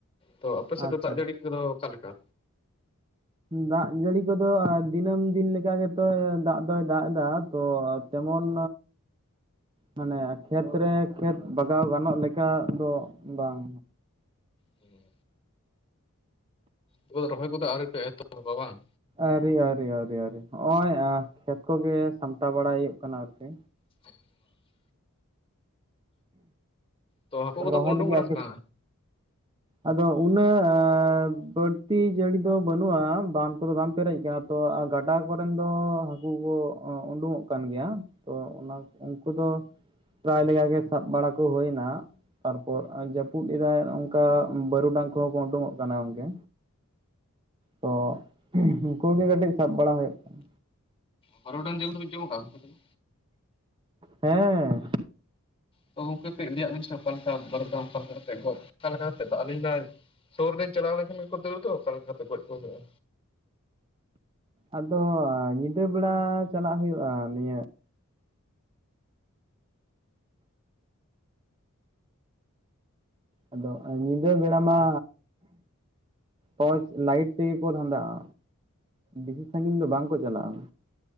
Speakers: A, on the left; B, on the right.
A: ᱛᱚ ᱟᱯᱮ ᱥᱮᱫ
B: ᱟᱪᱪᱷᱟ
A: ᱫᱚ ᱫᱟᱜ ᱡᱟᱹᱲᱤ <inaudible> ᱫᱚ ᱚᱠᱟ ᱞᱮᱠᱟ?
B: ᱫᱟᱜ ᱡᱟᱹᱲᱤ ᱠᱚᱫᱚ ᱫᱤᱱᱟᱹᱢ ᱫᱤᱱ ᱞᱮᱠᱟ ᱜᱮᱛᱚᱭ ᱫᱟᱜ ᱫᱚᱭ ᱫᱟᱜ ᱫᱟ, ᱛᱚ ᱛᱮᱢᱚᱱ ᱢᱟᱱᱮ ᱠᱷᱮᱛ ᱨᱮ ᱠᱷᱮᱛ ᱵᱟᱜᱟᱣ ᱜᱟᱱᱚᱜ ᱞᱮᱠᱟ ᱫᱚ ᱵᱟᱝ᱾
A: ᱦᱮᱸ᱾ ᱩᱱᱠᱩ ᱫᱚ ᱨᱚᱦᱚᱭ ᱠᱚᱫᱚ ᱟᱹᱣᱨᱤ ᱯᱮ ᱮᱛᱚᱦᱚᱵᱟ ᱵᱟᱝ?
B: ᱟᱹᱣᱨᱤ ᱟᱹᱣᱨᱤ ᱟᱹᱣᱨᱤ ᱟ. ᱣᱨᱤ ᱦᱚᱸᱜᱼᱚᱭ ᱠᱷᱮᱛ ᱠᱚᱜᱮ ᱥᱟᱢᱴᱟᱣ ᱵᱟᱲᱟᱭ ᱦᱩᱭᱩᱜ ᱠᱟᱱᱟ ᱟᱨᱠᱤ᱾
A: <inaudible> ᱛᱚ ᱦᱟᱹᱠᱩ ᱠᱚᱫᱚ
B: ᱨᱚᱦᱚᱭ
A: ᱠᱚ ᱩᱰᱩᱝ
B: ᱞᱟᱹᱜᱤᱫ
A: ᱠᱟᱱᱟ
B: ᱟᱰᱤ
A: ᱥᱮ ᱵᱟᱝ
B: ᱟᱫᱚ ᱩᱱᱟᱹᱜ ᱵᱟᱹᱲᱛᱤ ᱡᱟᱹᱲᱤ ᱫᱚ ᱵᱟᱹᱱᱩᱜᱼᱟ ᱵᱟᱸᱫᱽ ᱠᱚᱫᱚ ᱵᱟᱝ ᱯᱮᱨᱮᱡ ᱠᱮᱜᱼᱟ ᱛᱚ ᱟ ᱜᱟᱰᱟ ᱠᱚᱨᱮᱱ ᱫᱚ ᱦᱟᱹᱠᱩ ᱠᱚ ᱳᱰᱳᱚᱸᱜ ᱠᱟᱱ ᱜᱮᱭᱟ ᱛᱚ ᱚᱱᱟ ᱩᱱᱠᱩ ᱫᱚ ᱯᱨᱟᱭ ᱞᱮᱠᱟ ᱜᱮ ᱥᱟᱵ ᱵᱟᱲᱟ ᱠᱚ ᱦᱩᱭᱱᱟ, ᱛᱟᱨᱯᱚᱨ ᱡᱟᱹᱯᱩᱫ ᱮᱫᱟᱭ ᱚᱝᱠᱟ ᱵᱟᱹᱨᱩᱰᱟᱝ ᱠᱚᱦᱚᱸ ᱠᱚ ᱩᱰᱩᱠᱚᱜ ᱠᱟᱱᱟ ᱜᱚᱝᱠᱮ᱾ ᱛᱚ ᱩᱝᱠᱩ ᱜᱮ ᱠᱟᱹᱴᱤᱡ ᱥᱟᱵ ᱵᱟᱲᱟ ᱦᱩᱭᱩᱜ ᱠᱟᱱᱟ᱾
A: ᱵᱟᱹᱨᱩᱰᱟᱝ ᱡᱤᱞ ᱫᱚᱵᱤᱱ ᱡᱚᱢ ᱠᱟᱜᱼᱟ ᱜᱚᱢᱠᱮ ᱛᱚᱵᱮ?
B: ᱦᱮᱸ᱾
A: ᱛᱚ ᱜᱚᱝᱠᱮ ᱠᱟᱹᱡ ᱞᱮᱭᱟᱜ ᱵᱤᱱ ᱥᱮ ᱚᱠᱟ ᱞᱮᱠᱟ ᱵᱟᱨᱩᱰᱟᱝ ᱚᱠᱟ ᱠᱟᱛᱮ ᱜᱚᱡ ᱚᱠᱟ ᱞᱮᱠᱟᱛᱮ ᱫᱟᱜ ᱞᱤᱧ ᱫᱟᱭ ᱥᱩᱨ ᱨᱮ ᱪᱟᱞᱟᱣ ᱞᱮᱠᱷᱟᱱ ᱜᱮ ᱠᱚ ᱫᱟᱹᱲ ᱫᱚ ᱚᱠᱟ ᱞᱮᱠᱟᱛᱮ ᱜᱚᱡ ᱠᱚ ᱦᱩᱭᱩᱜᱼᱟ?
B: ᱟᱫᱚ ᱧᱤᱫᱟᱹ ᱵᱮᱲᱟ ᱪᱟᱞᱟᱜ ᱦᱩᱭᱩᱜᱼᱟ ᱱᱤᱭᱟᱹ ᱟᱫᱚ ᱧᱤᱫᱟᱹ ᱵᱮᱲᱟ ᱢᱟ ᱴᱚᱨᱪ ᱞᱟᱭᱤᱴ ᱛᱮᱜᱮ ᱠᱚ ᱫᱷᱟᱸᱫᱟᱜᱼᱟ, ᱵᱮᱥᱤ ᱥᱟᱺᱜᱤᱧ ᱫᱚ ᱵᱟᱝᱠᱚ ᱪᱟᱞᱟᱜᱼᱟ᱾